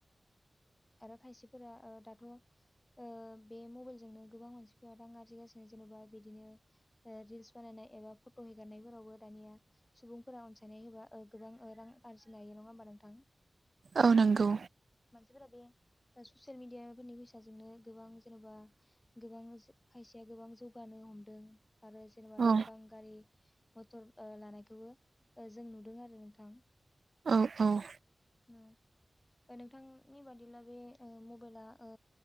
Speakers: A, on the left; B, on the right.
A: आरो खायसेफोरा ओ दाथ' ओ बे मबाइलजोंनो गोबां मानसिफोरा रां आरजिगासिनो जेन'बा बिदिनो ओ रिल्स बानायनाय एबा फट' हेगारनायफोरावबो दानिया सुबुंफोरा अनसायनाय होबा ओ गोबां ओ रां आरजिनो हायो नङा होमबा नोंथां?
B: औ नंगौ
A: मानसि सिफोरा बे ससियेल मिडिया फोरनि फैसाजोंनो गोबां जेन'बा गोबां हो खायसे गोबां जौगानो हमदों आरो जेनेबा न'
B: औ
A: बां गारि मथर ओ लानायखौबो ओ जों नुदों आरो नोंथां।
B: औ औ।
A: औ ओ नोंथांनि बादिब्ला बे ओ मबाइला ओ